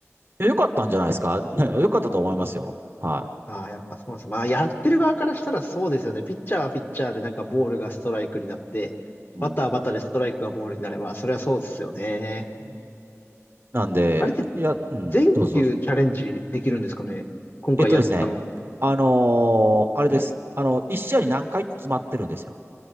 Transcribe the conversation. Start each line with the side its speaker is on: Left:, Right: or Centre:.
Right: えよかったんじゃないですかね <laughs> よかったと思いますよ。は
Left: ああ、やっぱそうです。まあ、やってる側からしたらそうですよね。ピッチャーはピッチャーでなんかボールがストライクになって、
Right: い。
Left: バッターはバッターでストライクがボールになれば、
Right: うん。
Left: それはそうですよね。
Right: うんなんで、
Left: あれって
Right: いや、うん、
Left: 全球チャレンジできるんですかね今回やったの。
Right: どうぞどうぞ。えっとですね、あのーあれです。あの、一試合に何回って決まってるんですよ。